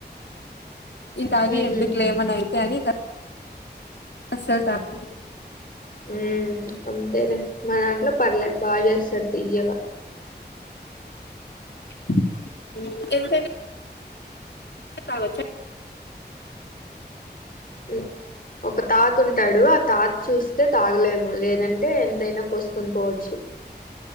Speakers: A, on the left (about 80°); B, on the left (about 55°).
A: ఇంకా ఆగి
B: ఉహు
A: ఎందుకులే ఏమన్నా అయితాయ్ అని త. అస్సల్ తాగేలేదు
B: మ్మ్ అంతేలే మా దాంట్లో పర్లే బా చేస్తారు తీయ్యగా.
A: <inaudible> మ్మ్ ఇంతేగ తాగొచ్చ
B: మ్మ్ ఒక తాత ఉంటాడు. ఆ తాత్ చూస్తే తాగలేము లేదంటే ఎంతైనా పోసుకొని పోవచ్చు.